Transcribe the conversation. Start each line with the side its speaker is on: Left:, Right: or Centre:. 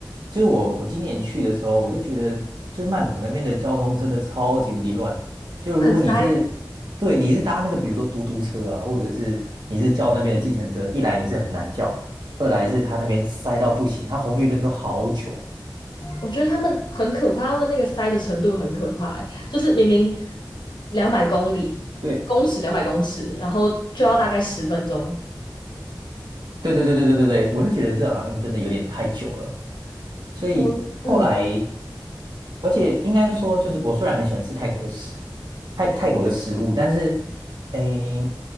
Right: 就是我我今年去的时候，我就觉得就是曼谷那边的交通真的超级无敌乱。就如果你是对你是搭那个比如说嘟嘟车啊，
Left: 很塞。
Right: 或者是你是叫那边的计程车，一来你是很难叫，二来是他那边塞到不行，他红绿灯都好久。
Left: 我觉得他们很可怕，他们那个塞的程度很可怕欸就是明明两百公里公尺两百公尺，
Right: 对
Left: 然后就要大概十分钟。
Right: 对对对对对对对，我就觉得这好像真的有点太久了。所以后来，
Left: 我嗯，
Right: 而且应该说，就是我虽然很喜欢吃泰国的食，泰泰国的食物，但是，诶，